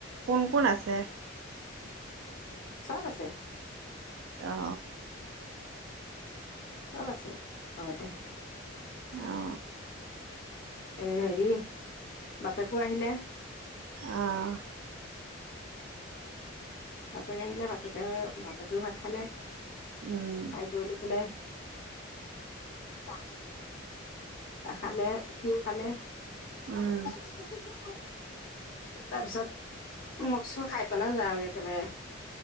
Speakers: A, on the right; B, on the left.
A: কোন কোন আছে?
B: চব আছে।
A: অ!
B: চব আছে ঘৰতে।
A: অ
B: এ হেৰি, বাপেকো আহিলে।
A: অহ
B: বাপেক আহিলে বাপেকে বা- ৰাতিৰ ভাত খালে,
A: উম
B: খাই বই লৈ পেলাই <unintelligible> খালে সি খালে
A: উম
B: <unintelligible> তাৰ পিছত মই কৈছোঁ খাই পেলাই যা আৰু একেবাৰে।